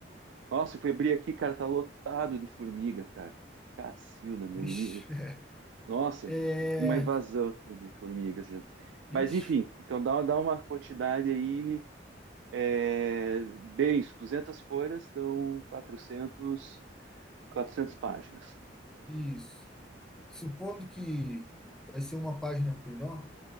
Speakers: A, on the right (about 75°); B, in the centre.
A: Nossa, eu fui abrir aqui, cara, tá lotado de formiga, cara. Cacilda, meu
B: Vixe.
A: nível.
B: <laughs>
A: Nossa,
B: É,
A: uma invasão aqui de formigas. né? Mas,
B: ixi,
A: enfim, então dá, dá uma quantidade aí, é, bem isso, 200 folhas dão 400, 400 páginas.
B: isso. Supondo que vai ser uma página por nó,